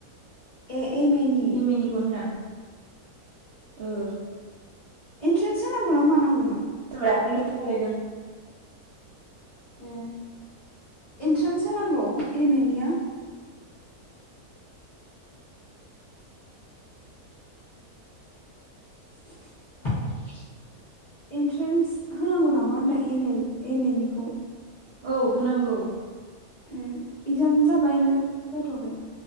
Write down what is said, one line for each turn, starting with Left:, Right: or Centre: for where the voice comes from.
Left: A M A नि?
Right: ए मे निखौ होनदां ओ
Left: एन्ट्रेन्स होनांगौ ना मानांगौमोन?
Right: सोरबाया दाखालैनो खालायदों।
Left: ए इन्ट्रेन्स होनांगौ एम ए निया? <inaudible> एन्ट्रेन्स होनांगौ नामा होनदों एल एम ए निखौ?
Right: औ होनांगौ।
Left: उम एगजाम जाबाय ना जाथ'वाखै?